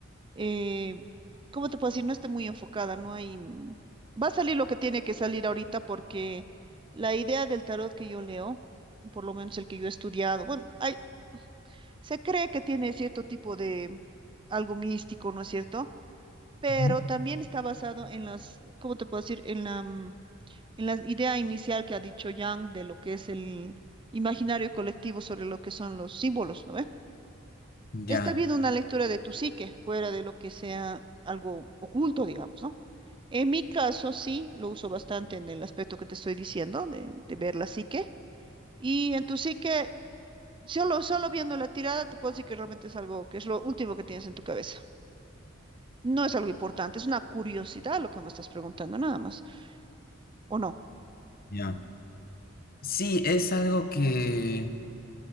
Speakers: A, on the right; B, on the left.
A: eh, ¿cómo te puedo decir? No esté muy enfocada, no hay... mm, Va a salir lo que tiene que salir ahorita porque la idea del tarot que yo leo, por lo menos el que yo he estudiado, bueno, hay, se cree que tiene cierto tipo de mm, algo místico, ¿no es cierto? Pero
B: ujú,
A: también está basado en las, ¿cómo te puedo decir? En la, mm, en la idea inicial que ha dicho Yang de lo que es el imaginario colectivo sobre lo que son los símbolos, ¿no ve?
B: ya.
A: Está habiendo una lectura de tu psique, fuera de lo que sea algo oculto, digamos, ¿no? En mi caso, sí, lo uso bastante en el aspecto que te estoy diciendo, de, de ver la psique. Y en tu psique, solo, solo viendo la tirada, te puedo decir que realmente es algo que es lo último que tienes en tu cabeza. No es algo importante, es una curiosidad lo que me estás preguntando, nada más. ¿O no?
B: ya. Sí, es algo que,